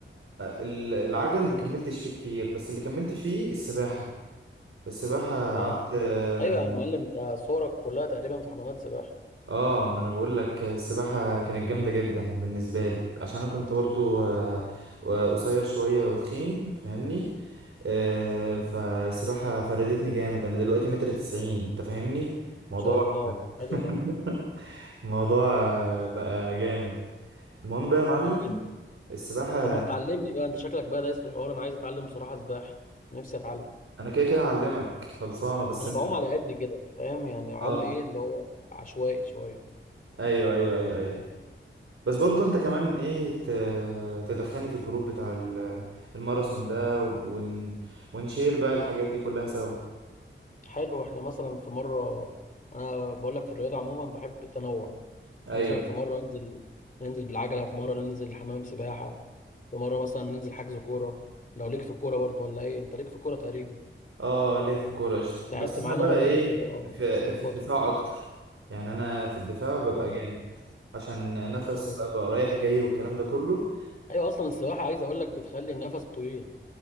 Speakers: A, on the right; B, on the left.
A: ال- العجل ما كملتش فيه كتير بس اللي كملت فيه السباحة السباحة
B: اه
A: قعدت آه،
B: ايوه يا معلم انت صورك كلها تقريبا في حمامات سباحه
A: اه ما انا بقول لك السباحه كانت جامده جدا بالنسبه لي عشان انا كنت برضو آه، قصير شويه وتخين فاهمني آه، فالسباحه فردتني جامد انا دلوقتي متر تسعين انت فاهمني
B: ما
A: موضوع
B: شاء الله حلو
A: <laughs>
B: ده
A: الموضوع آه، بقى جامد المهم بقى يا معلم
B: جميل
A: السباحه
B: طب ما تعلمني بقى انت شكلك بقى دايس في الحوار انا عايز اتعلم بصراحه سباحه نفسي اتعلم
A: انا كده كده اعلمك خلصانه بس
B: انا
A: انت
B: بعوم على قد كده فاهم يعني
A: <laughs>
B: عوم
A: اه
B: ايه اللي هو عشوائي شويه
A: ايوه ايوه ايوه ايوه بس برضو انت كمان ايه ت- تدخلني في الجروب بتاع ال- الماراثون ده ون... ونشير بقى الحاجات دي كلها سوا
B: حلو احنا مثلا في مره انا بقول لك في الرياضه عموما بحب التنوع
A: ايوه
B: أنا مثلا في مره انزل ننزل بالعجله في مره ننزل حمام سباحه في مره مثلا ننزل حجز كوره لو ليك في الكوره برضو ولا ايه انت ليك في الكوره تقريبا
A: اه ليا في الكورة قشطة
B: لعبت
A: بس
B: معانا
A: انا بقى
B: مره
A: ايه
B: قبل كده آه،
A: في,
B: بس من
A: في
B: فتره
A: الدفاع اكتر يعني انا في الدفاع ببقى
B: مم.
A: جامد عشان نفس
B: حلو
A: بقى
B: ده
A: رايح جاي والكلام ده كله
B: ايوه اصلا السباحه عايز اقول لك بتخلي النفس طويل